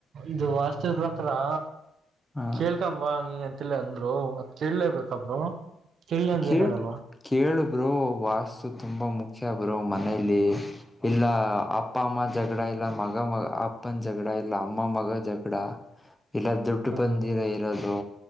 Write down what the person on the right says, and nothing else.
ಇದು ವಾಸ್ತವ ಬಕ್ರಾ
ಕೇಳ್ಕಂಬಂತ ಅಂದ್ರು ಅದ್ ಕೇಳ್ಬೇಕಾ ಬ್ರೋ ಕೇಳಿಲ್ಲ ಅಂದ್ರೆ
ಏನಾಗಲ್ವಾ
ಹಾ